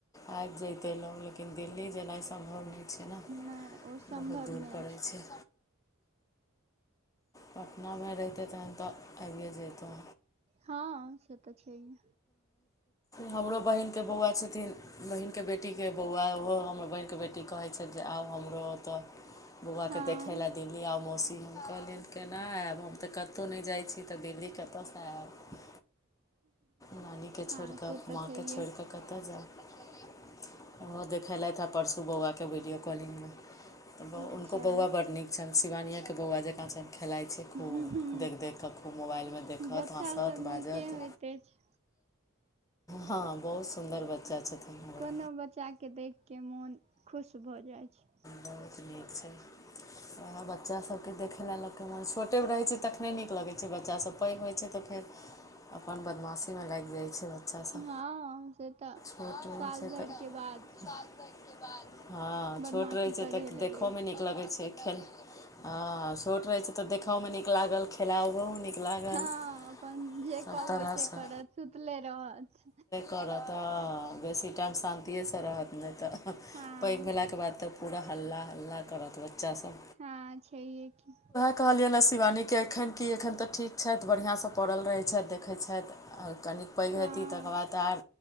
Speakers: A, on the left; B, on the right.
A: आबि जैतै लोग लेकिन दिल्ली जेनाइ सम्भव नय छै ने
B: नहि ओ सम्भव
A: बहुत दूर
B: नहि
A: पड़ै छै पटनामे रहितै तखन तऽ आबिये जैतहु
B: हँ से तऽ छैहे
A: हमरो बहिनके बौआ छथिन बहिीनके बेटीके बौआ ओहो हमर बहनके बेटी कहै छथिन जे आउ हमरो होतऽ बौआके
B: हँ
A: देखै लए दिल्लीआउ मौसी हम कहलियनि केना आयब हम तऽ कतौ नय जाइ छी तऽ दिल्ली कतऽसँ एब नानीकेँ छोड़ि
B: हँ
A: कऽ
B: से तऽ
A: माँकेँ
B: छैहे
A: छोड़ि कऽ कतय जैब ओहो देखेलथि हे परसू बौआके वीडियो कॉलिंगमे हुनको
B: अच्छा
A: बौआ बड़ नीक छनि शिवानियें के बौआ जेकाँ छल खेलाय। खूब
B: हूँ
A: देख देख कऽ खूब मोबाइलमे देखत
B: बच्चा
A: हँसत
B: सब नीके
A: बाजत।
B: होइत अछि
A: हँ बहुत सुन्दर बच्चा छथिन ओहो
B: कोनो बच्चाके देख कऽ मोन खुश भऽ जाइ छै।
A: बहुत नीक छै ओहाँ बच्चा सबके देखै ले लोक हूं छोटेमे रहै छै तखने नीक लगै छै बच्चासभ पैघ होइ छै तऽ फेर। अपन बदमाशी मे लागि जाइ बच्चासभ छै।
B: हँ से तऽ
A: छोट रहैत
B: साल
A: छै
B: भरिके
A: तऽ
B: बाद।
A: साल तकके हँ
B: बदमाशी
A: छोट रहै छै
B: करहे
A: तऽ
B: लगै
A: देखहो
B: छै
A: मे नीक नीक लगै छै खेलाउ छोट रहै छै तऽ देखओ मे नीक लागल खेलाओ मे नीक लागल।
B: हँ
A: लागल
B: अपन जे
A: सब
B: कहबै
A: तरह से।
B: करत सुतले रहत
A: करत हंँ बेसी टाइम शान्तिएसँ रहत नय तऽ-
B: हँ
A: पैघ भेलाके बाद तऽ पूरा हल्ला हल्ला करत बच्चा सब।
B: हँ छैहे की।
A: कहलियनि हँ शिवानीके एखन कि एखन तऽ ठीक छथि बढ़ियाँसँ पड़ल रहै छथि देखै छथि। आओर कनिक पैघ
B: हँ
A: हेती तकर बाद त आर